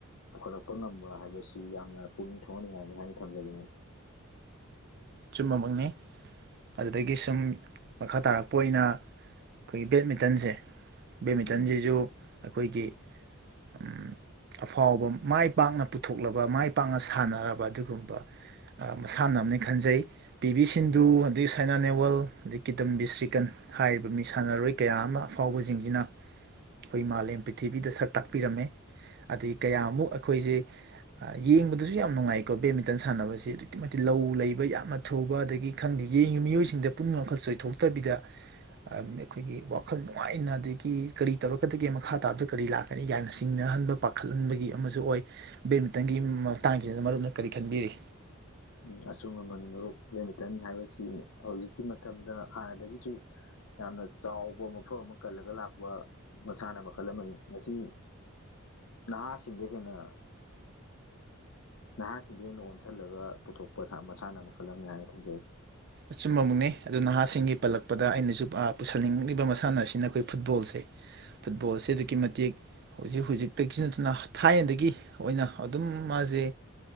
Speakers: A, on the left; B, on the right.
A: ꯄꯨꯈꯠꯂꯛꯄ ꯉꯝꯕ ꯍꯥꯏꯕꯁꯤ ꯌꯥꯝꯅ ꯄꯨꯛꯅꯤꯡ ꯊꯧꯒꯠꯅꯤꯡꯉꯥꯏꯅꯤ ꯍꯥꯏꯅ ꯊꯝꯖꯅꯤꯡꯏ
B: ꯆꯨꯝꯕꯃꯛꯅꯤ ꯑꯗꯨꯗꯒꯤ ꯁꯨꯝ ꯃꯈꯥ ꯇꯥꯔꯛꯄ ꯑꯣꯏꯅ ꯑꯩꯈꯣꯏꯒꯤ ꯕꯦꯠꯃꯤꯟꯇꯟꯁꯦ ꯕꯦꯃꯤꯇꯟꯖꯤꯁꯨꯨ
A: ꯎꯝ
B: ꯑꯩꯈꯣꯏꯒꯤ ꯎꯝ ꯑꯐꯥꯎꯕ ꯃꯥꯏ ꯄꯥꯛꯅ ꯄꯨꯊꯣꯛꯂꯕ ꯃꯥꯏ ꯄꯥꯛꯅ ꯁꯥꯟꯅꯔꯕ ꯑꯗꯨꯒꯨꯝꯂꯕ ꯃꯁꯥꯟꯅ ꯑꯃꯅꯤ ꯈꯟꯖꯩ ꯄꯤ ꯚꯕꯤ ꯁꯤꯟꯙꯨ ꯑꯗꯒꯤ ꯁꯥꯏꯅꯥ ꯅꯦꯋꯥꯜ ꯑꯗꯩ ꯀꯤꯇꯝ ꯕꯤ ꯁ꯭ꯔꯤꯀꯟ ꯍꯥꯏꯔꯤꯕ ꯃꯤ ꯁꯥꯟꯅꯔꯣꯏ ꯀꯌꯥ ꯑꯃ ꯑꯐꯥꯎꯕꯁꯤꯡꯁꯤꯅ ꯑꯩꯈꯣꯏ ꯃꯥꯂꯦꯝ ꯄ꯭ꯔꯤꯊꯤꯕꯤꯗ ꯁꯛ ꯇꯥꯛꯄꯤꯔꯝꯃꯦ ꯑꯗꯒꯤ ꯀꯌꯥꯃꯨꯛ ꯑꯩꯈꯣꯏꯁꯦ ꯌꯦꯡꯕꯗꯁꯨ ꯌꯥꯝ ꯅꯨꯡꯉꯥꯏꯀꯣ ꯕꯦꯠꯃꯤꯟꯇꯟ ꯁꯥꯟꯅꯕꯁꯤ ꯑꯗꯨꯛꯀꯤ ꯃꯇꯤꯛ ꯂꯧ ꯂꯩꯕ ꯌꯥꯝꯅ ꯊꯨꯕ ꯑꯗꯒꯤ ꯈꯪꯗꯦ ꯌꯦꯡꯉꯤꯕ ꯃꯤꯑꯣꯏꯁꯤꯡꯗ ꯄꯨꯅꯤꯡ ꯋꯥꯈꯜ ꯆꯣꯏꯊꯣꯛꯇꯕꯤꯗ ꯑꯩꯈꯣꯏꯒꯤ ꯋꯥꯈꯜ ꯅꯨꯡꯉꯥꯏꯅ ꯑꯗꯒꯤ ꯀꯔꯤ ꯇꯧꯔꯛꯀꯗꯒꯦ ꯃꯈꯥ ꯇꯥꯕꯗ ꯀꯔꯤ ꯂꯥꯛꯀꯅꯤ ꯌꯥꯝꯅ ꯁꯤꯡꯅꯍꯟꯕ ꯄꯥꯈꯠꯍꯟꯕꯒꯤ ꯑꯃꯁꯨ ꯑꯣꯏ ꯕꯦꯠꯃꯤꯟꯇꯟꯒꯤ ꯃꯇꯥꯡꯁꯤꯗ ꯃꯔꯨꯞꯅ ꯀꯔꯤ ꯈꯟꯕꯤꯔꯤ
A: ꯎ ꯑꯆꯨꯝ ꯉ ꯉꯅꯤ ꯃꯔꯨꯞ ꯕꯦꯠꯃꯤꯇꯟ ꯍꯥꯏꯕꯁꯤ ꯍꯧꯖꯤꯛꯀꯤ ꯃꯇꯝꯗ ꯍꯥꯟꯅꯗꯒꯤꯁꯨ ꯌꯥꯝꯅ ꯆꯥꯎꯕ ꯃꯐꯝ ꯑꯃ ꯀꯜꯂꯒ ꯂꯥꯛꯄ ꯃꯁꯥꯟꯅ ꯃꯈꯜ ꯑꯃꯅꯤ ꯃꯁꯤ ꯅꯍꯥꯁꯤꯡꯗ ꯍꯦꯟꯅ ꯅꯍꯥꯁꯤꯡꯗ ꯍꯦꯟꯅ ꯑꯣꯟꯁꯤꯜꯂꯒ ꯄꯨꯊꯣꯛ ꯃꯁꯥ ꯃꯁꯥꯟꯅ ꯃꯈꯜꯂꯝꯅꯤ ꯍꯥꯏꯅ ꯊꯝꯖꯩ
B: ꯑꯆꯨꯝꯕ ꯃꯛꯅꯦ ꯑꯗꯨ ꯅꯍꯥꯁꯤꯡꯒꯤ ꯄꯜꯂꯛꯄꯗ ꯑꯩꯅꯁꯨ ꯄꯨꯁꯟꯅꯤꯡꯉꯛꯂꯤꯕ ꯃꯁꯥꯟꯅ ꯑꯁꯤꯅ ꯑꯩꯈꯣꯏ ꯐꯨꯠꯕꯣꯜꯁꯦ ꯐꯨꯠꯕꯣꯜꯁꯦ ꯑꯗꯨꯛꯀꯤ ꯃꯇꯤꯛ ꯍꯧꯖꯤꯛ ꯍꯧꯖꯤꯛꯇꯒꯤ ꯅꯠꯇꯅ ꯊꯥꯏꯅꯗꯒꯤ ꯑꯣꯏꯅ ꯑꯗꯨꯝ ꯃꯥꯁꯦ